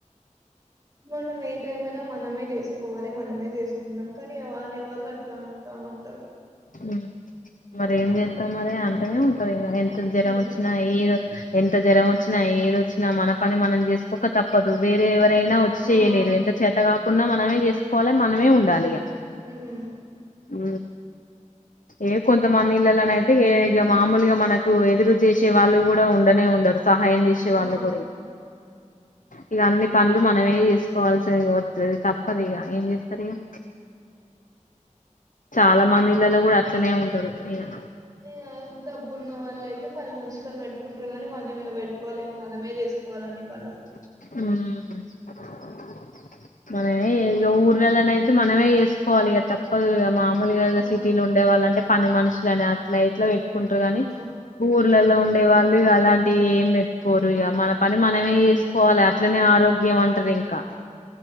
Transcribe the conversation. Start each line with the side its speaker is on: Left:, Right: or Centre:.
Right: మనం ఏ టైం అయినా మనమే చేసుకోవాలి మనమే తీసుకుంటాం కానీ అనే వాళ్ళు అట్లా అంటా ఉంటారు
Left: హ్మ్ మర ఏం చేస్తాం మరి అంటనే ఉంటురు నా ఎంత జ్వరం
Right: ఉమ్,
Left: వచ్చినా ఏదో ఎంత జ్వరం వచ్చినా ఏది వచ్చినా మన పని మనం చే ఒొ తప్పదు వేరే ఎవరైనా వచ్చి చేయలేరు
Right: ఆ
Left: ఎంత చేత కాకుండా మనమే చేసుకోవాలి మనమే ఉండాలి
Right: ఉమ్
Left: ఉ ఏ కొంతమంది పిల్లల అయితే మామూలుగా మనకు ఎదురు చేసే వాళ్ళు కూడా ఉండనే వుండదు సహాయం చేసే వాళ్ళు
Right: ఆ
Left: కూడా ఇక అన్ని పనులు మనమే చేసుకోవాల్సి వతు తప్పదు ఇక ఏం చేస్తారు ఇక చాలా మంది పిల్లలు కూడా అట్లనే ఉంటారూ ఇలా
Right: ఇగ డబ్బు ఉన్న వాళ్ళ అయితే పని మనుషులను పెట్కుంటారు కానీ మనం కోలేము మనమే చేసుకోవాలి అన్ని పనులు
Left: హ్మ్ మనమే ఇ ఊర్ వెెళన అయితే మనమే వేసుకోవాలి ఇక తప్పదు కదా మా మాములుగ
Right: ఆ
Left: సిటీలో ఉండే వాళ్ళ అంట పనీ మనుషులు అట్లా అట్లా ఎట్లా కుంటారుగాని
Right: ఆ
Left: ఊర్లలో ఉండే వాళ్ళు ఇ అలాంటివి ఏం పెట్టుకోరు ఇక మన పని మనమే చేేసుకోవాలి ఇట్లనే ఆరోగ్యం అంటాది ఇంకా